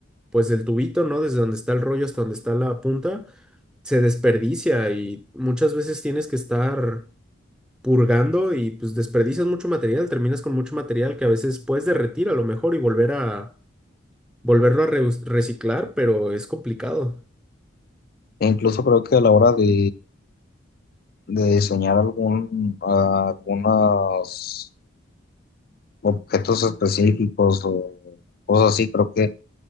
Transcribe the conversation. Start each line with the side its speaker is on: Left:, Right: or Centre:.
Centre: pues del tubito, ¿no? Desde donde está el rollo hasta donde está la punta, se desperdicia y muchas veces tienes que estar purgando y pues desperdicias mucho material, terminas con mucho material que a veces puedes derretir a lo mejor y volver a volverlo a reus- reciclar, pero es complicado.
Left: E incluso creo que a la hora de de diseñar algún, a- algunos objetos específicos o cosas así. Creo que